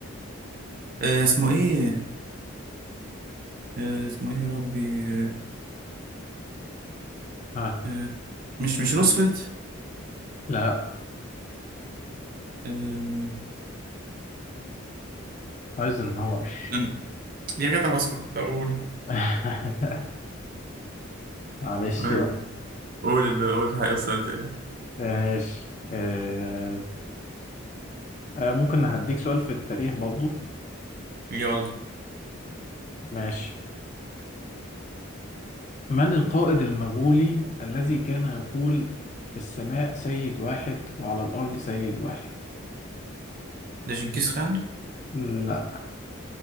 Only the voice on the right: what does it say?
آه اسمه إيه؟ آه اسمه إيه يا ربي؟ آه
آه، مش مش روزفلت؟
آه
أنا- يا جدع اسكت كنت أقول
أيوة.
قول اللي قول حاجة أستاذ يعني.
يلا
ده جنكيز خان